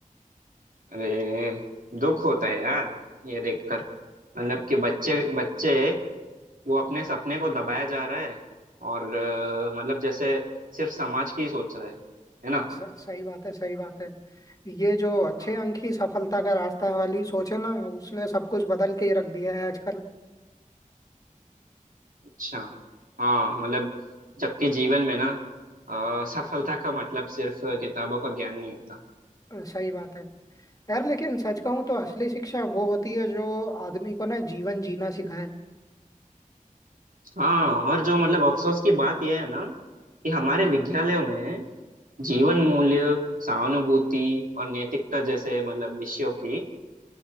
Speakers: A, on the right; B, on the left.
A: अरे दुख होता है यार ये देखकर मतलब कि बच्चे बच्चे वो अपने सपने को दबाया जा रहा है और अ, मतलब जैसे सिर्फ समाज की ही सोच रहा है है ना
B: स, सही बात है सही बात है ये जो अच्छे
A: अ,
B: अंक ही सफलता का रास्ता है वाली सोच है ना उसने सब कुछ बदल के ही रख दिया है आजकल
A: अच्छा हाँ मतलब जबकि जीवन में ना अ, सफलता का मतलब सिर्फ किताबों का ज्ञान नहीं होता
B: अ, सही बात है यार लेकिन सच कहूँ तो असली शिक्षा वो होती है जो आदमी को ना जीवन जीना सिखाए
A: हाँ और जो मतलब अफसोस की बात यह है ना कि हमारे विद्यालयों में जीवन मूल्य सहानुभूति और नैतिकता जैसे मतलब विषयों की अ,